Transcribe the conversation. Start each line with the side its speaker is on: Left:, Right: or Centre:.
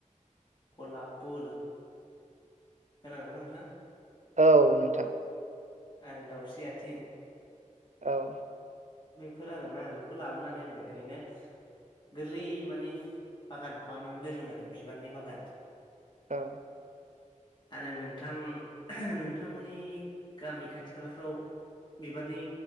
Left: गलाब फुल। खोनादोंना नोंथां?
Right: औ नोंथां।
Left: आरो दाउस्रि आथिं।
Right: औ।
Left: बेफोर आरोना बेखौ लाबोनानै आङो ओरैनो गोरलै माने बागान खालामनानै दोनदों आरो बिबारनि बागान
Right: औ
Left: आरो नोंथां नोंथांमोननि गामि खाथि खालाफ्राव बिबारनि